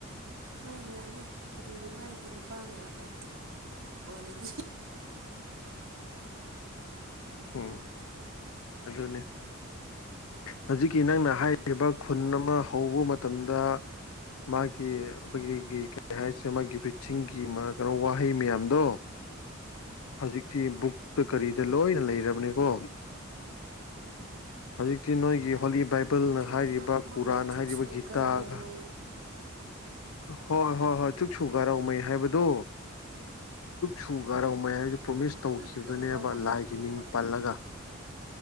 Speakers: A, on the right; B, on the left.
A: ꯍꯣꯏ ꯌꯥꯅꯤ ꯀꯔꯤꯒꯨꯝꯕ ꯑꯩꯒꯤ ꯅꯨꯄꯥꯅ ꯑꯗꯨ ꯑꯣꯏꯔꯗꯤ
B: ꯎꯝ ꯑꯗꯨꯅꯦ ꯍꯧꯖꯤꯛꯀꯤ ꯅꯪꯅ ꯍꯥꯏ ꯕ ꯈꯨꯟ ꯑꯃ ꯍꯧꯕ ꯃꯇꯝꯗ ꯃꯥꯒꯤ ꯑꯈꯣꯏꯒꯤ ꯀꯩ ꯍꯥꯏꯁꯦ ꯃꯥꯒꯤ ꯕ꯭ꯔꯤꯠꯁꯤꯡꯒꯤ ꯃꯥ ꯀꯩꯅꯣ ꯋꯥꯍꯩ ꯃꯌꯥꯝꯗꯣ ꯍꯧꯖꯤꯛꯇꯤ ꯕꯨꯛꯇ
A: ꯎꯝ
B: ꯀꯔꯤꯗ ꯂꯣꯏꯅ ꯂꯩꯔꯕꯅꯦꯀꯣ ꯍꯧꯖꯤꯛꯇꯤ ꯅꯣꯏꯒꯤ ꯍꯣꯂꯤ ꯕꯥꯏꯕꯜꯅ
A: ꯀꯔꯤ
B: ꯍꯥꯏꯔꯤꯕ
A: ꯍꯥꯏꯕ ꯃꯣꯏꯅ
B: ꯀꯨꯔꯥꯟ
A: ꯆꯨꯛꯁꯨ
B: ꯍꯥꯏꯔꯤꯕ ꯒꯤꯇꯥꯒ
A: <unintelligible>
B: ꯍꯣꯏ ꯍꯣꯏ ꯍꯣꯏ ꯆꯨꯛ ꯁꯨꯨꯒꯥꯔꯧꯃꯩ ꯍꯥꯏꯕꯗꯣ ꯁꯨꯨꯒꯥꯔꯧꯃꯩ ꯍꯥꯏꯕꯗꯨ
A: ꯑ
B: ꯄ꯭ꯔꯣꯃꯤꯁ ꯇꯧꯈꯤꯕꯗꯨꯅꯦꯕ
A: ꯑꯗꯨꯗꯣ ꯇꯧꯕ ꯍꯩꯇꯦꯕ
B: ꯂꯥꯏꯒꯤ ꯃꯤꯡ ꯄꯜꯂꯒ